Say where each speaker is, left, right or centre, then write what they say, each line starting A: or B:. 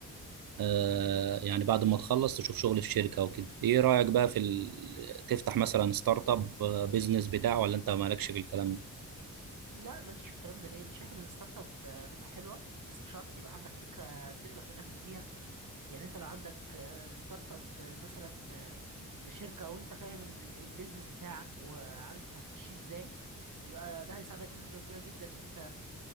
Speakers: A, on the right; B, on the right.
A: آه يعني بعد ما تخلص تشوف شغل في شركة او كده ايه رأيك بقى في ال... تفتح مثلا ستارت اب آه، بيزنس بتاع ولا انت مالكش في الكلام ده
B: لا ماليش في الكلام ده ليه أنا شايف إن الستارت اب آه، تبقى حلوة بس بشرط يبقى عندك فكرة تقدر تنافس بيها يعني انت لو عندك آه، ستارت اب آه، مثلا آه، لشركة وانت فاهم ال- البيزنس بتاعك وعارف هتمشيه ازاي يبقى ده هيساعدك بنسبة كبيرة جدا ان انت